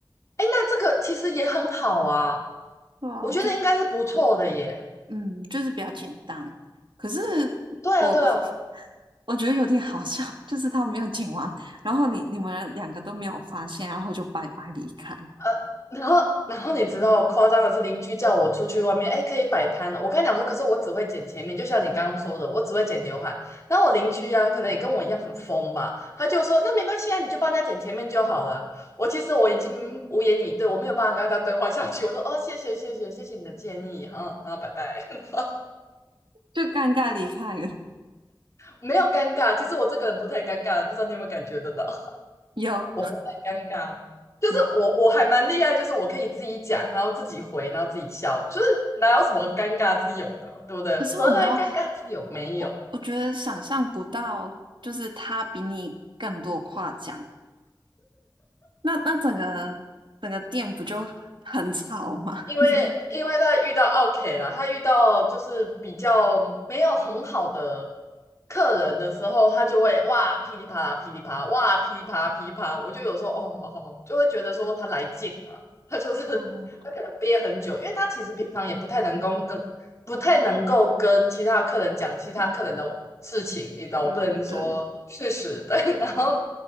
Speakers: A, on the left (about 35°); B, on the right (about 75°).
A: 哎，那这个其实也很好啊，
B: 对啊，
A: 我觉得应该是不错的耶。
B: 就嗯，就是比较简单。可是
A: 对啊，
B: 我
A: 对啊，
B: <laughs> 我觉得有点好笑，<laughs> 就是他没有剪完，然后你你们两个都没有发现，然后就拜拜离开，
A: 呃，然后然后你知道夸张的是，邻居叫我出去外面，哎，可以摆摊了。我跟他讲说，可是我只会剪前面，就像你刚刚说的，我只会剪刘海。然后我邻居呀、可能也跟我一样很疯吧，他就说那没关系啊，你就帮人家剪前面就好了。我其实我已经无言以对，我没有办法跟他对话下去。我说哦，谢谢谢谢谢谢你的建议哈，然后拜拜，<laughs>
B: 就尴尬离开了。
A: 没有尴尬。其实我这个人不太尴尬的，不知道你有没有感觉得到？
B: 有，
A: 我不会尴尬，就是我我还蛮厉害，
B: 有，
A: 就是我可以自己讲，然后自己回，然后自己笑，就是哪有什么尴尬之有呢？对不对？
B: 可是我没有，
A: 何来尴尬之有？没有。
B: 我我我觉得想象不到，就是他比你更多夸奖，那那整个整个店不就很吵吗？
A: 因为因为他遇到奥
B: <laughs> 你们
A: k 啦，他遇到就是比较没有很好的客人的时候，他就会哇噼里啪啦噼里啪啦，哇噼里啪啦噼里啪啦，我就有时候哦，好好好就会觉得说他来劲了，他就是
B: 哦，
A: 他可能憋很久，因为他其实平常也不太能够跟不太能够跟其他客人讲其他客人的事情，
B: 嗯，
A: 你知道，
B: 对对对。
A: 我不能说事实，对，<laughs> 然后